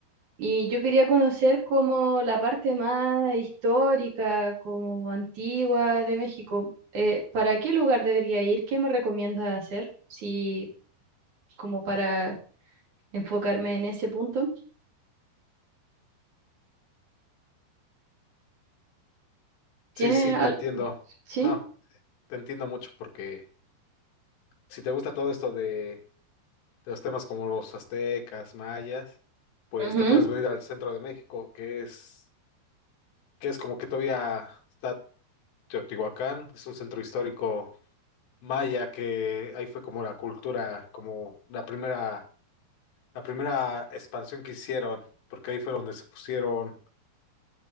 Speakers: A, on the right; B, on the left.
A: Y yo quería conocer como la parte más histórica, como antigua de México. Eh, ¿para qué lugar debería ir? ¿Qué me recomiendas hacer? Si como para enfocarme en ese punto. ¿Tiene
B: Sí, sí, te
A: al...
B: entiendo.
A: sí?
B: No, te entiendo mucho porque si te gusta todo esto de, de los temas como los aztecas, mayas, pues
A: Ujú.
B: te puedes venir al centro de México, que es, que es como que todavía está Teotihuacán es un centro histórico maya que ahí fue como la cultura, como la primera, la primera expansión que hicieron, porque ahí fue donde se pusieron,